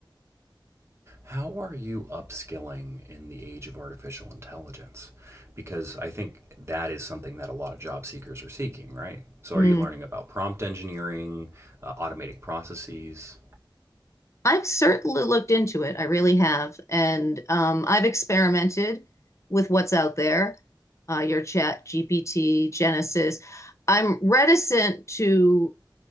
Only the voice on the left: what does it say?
Mm.
I've certainly looked into it. I really have. And um, I've experimented with what's out there, uh, your chat, GPT, Genesis. I'm reticent to